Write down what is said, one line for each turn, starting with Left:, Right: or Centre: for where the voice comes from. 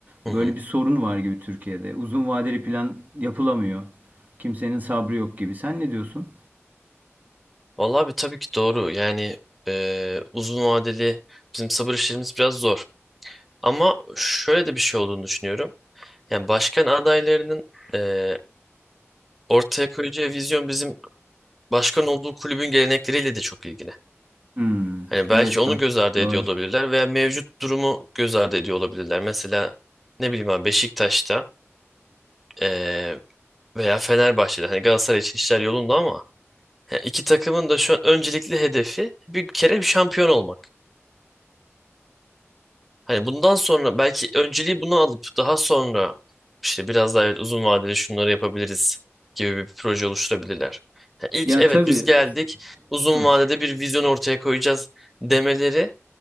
Centre: hı
Right: böyle
Centre: hı.
Right: bir sorun var gibi Türkiye'de. Uzun vadeli plan yapılamıyor. Kimsenin sabrı yok gibi. Sen ne diyorsun?
Centre: Vallahi abi tabii ki doğru. Yani e, uzun vadeli bizim sabır işlerimiz biraz zor. Ama şöyle de bir şey olduğunu düşünüyorum. Yani başkan adaylarının eee, ortaya koyacağı vizyon bizim başkan olduğu kulübün gelenekleriyle de çok ilgili.
Right: Hmm,
Centre: Hani belki
Right: evet
Centre: onu
Right: bak.
Centre: göz ardı
Right: Doğru.
Centre: ediyor olabilirler veya mevcut durumu göz ardı ediyor olabilirler. Mesela ne bileyim abi Beşiktaş'ta eee, veya Fenerbahçe'de hani Galatasaray için işler yolunda ama yani iki takımın da şu an öncelikli hedefi bir kere bir şampiyon olmak. Hani bundan sonra belki önceliği bunu alıp daha sonra işte biraz daha evet uzun vadede şunları yapabiliriz gibi bir proje oluşturabilirler. Ya İlk
Right: Ya
Centre: evet
Right: tabii.
Centre: biz geldik uzun
Right: Hah.
Centre: vadede bir vizyon ortaya koyacağız demeleri